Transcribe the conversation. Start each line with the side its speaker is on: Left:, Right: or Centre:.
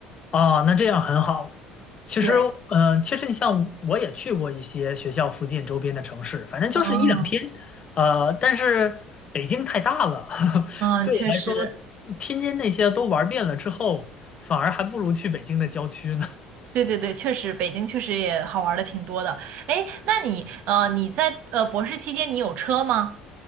Left: 啊，那这样很好。其实，
Right: 对，
Left: 嗯、其实你像我也去过一些学校附近周边的城市，反正就是一两天。
Right: 嗯
Left: 呃，但是北京太大了，<laughs>
Right: 嗯，
Left: 对我来说，
Right: 确实，
Left: 天津那些都玩遍了之后，反而还不如去北京的郊区呢。
Right: 对对对，确实，北京确实也好玩的挺多的。哎，那你呃你在呃博士期间你有车吗？